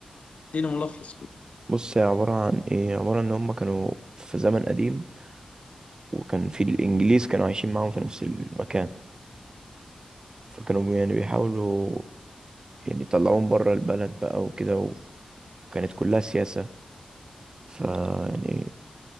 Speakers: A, on the left; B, on the right.
A: اديني ملخص كده
B: بص هي عبارة عن إيه عبارة إن هما كانوا في زمن قديم وكان في الإنجليز كانوا عايشين معاهم في نفس المكان فكانوا بي- يعني بيحاولوا يعني يطلعوهم بره البلد بقى وكده وكانت كلها سياسة ف يعني